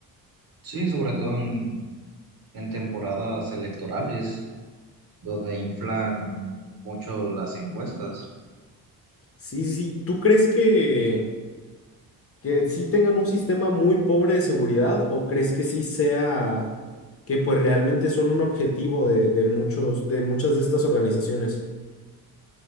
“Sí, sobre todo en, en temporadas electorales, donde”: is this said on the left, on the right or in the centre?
Right